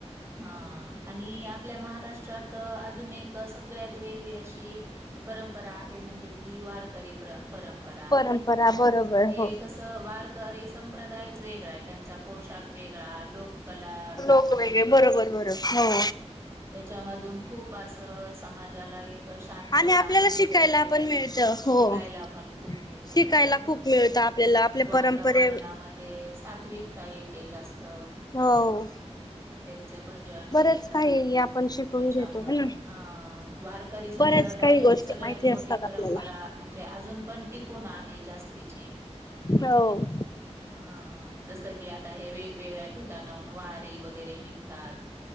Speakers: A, on the right (about 20°); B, on the left (about 35°).
A: हा आणि आपल्या महाराष्ट्रात अजून एक सगळ्यात वेगळी अशी परंपरा आहे म्हणजे ती वारकरी प्र परंपरा आहे
B: परंपरा बरोबर
A: ते
B: हो
A: कसं वारकरी संप्रदायच वेगळा आहे त्यांचा पोशाख वेगळा लोककलाच
B: लोक
A: म्हणजे
B: वेगळे बरोबर बरोबर हो
A: त्याच्यामून खूप अस समाजाला एक इ शांत
B: आणि
A: आनंददायी
B: आपल्याला शिकायला पण मिळतं
A: शिकायला
B: हो.
A: आपण खूप मिळतं
B: शिकायला
A: त्याच्यातून
B: खूप मिळतं आपल्याला आपल्या
A: वातावरणामध्ये
B: परंपरे
A: सात्विकता येते जास्त
B: हो
A: त्यांचे भजन
B: बरंच
A: कीर्तन
B: काही आपण शिकून
A: त्याच्यामुं
B: घेतो ना.
A: ह वारकरी संप्रदाय
B: बऱ्याच काही गोष्टी
A: सगळ्यात
B: माहिती
A: मोठी
B: असतात
A: परंपरा
B: आपल्याला
A: म्हणजे अजून पण टिकून आहे जास्तीची
B: हो
A: हा जस की आता हे वेग ववेेगळ्या ठिकाणाहून वारी वगैरे निघतात